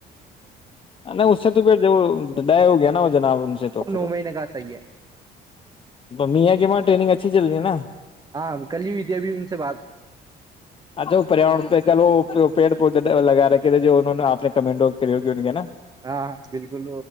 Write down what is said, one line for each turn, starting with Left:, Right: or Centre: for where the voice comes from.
Left: نہیں اس سے تو پھر جو ڈ ہو گیا نا وہ جناب ان
Right: ہاں
Left: سے تو
Right: وہ
Left: پھر
Right: نو مہینے کا صحیح ہے
Left: میا کہ ہمار ٹریگ اچھی جلدی ہے نا
Right: ہاں کل ہی ہوئی تھی ابھی ان سے بات
Left: اچھا وہ پریا پہ کلو پیڑ پودے لگا رکھے تھے جو انہوں نےپ نے کمنٹ ہو نا
Right: ہاں ہاں بالکل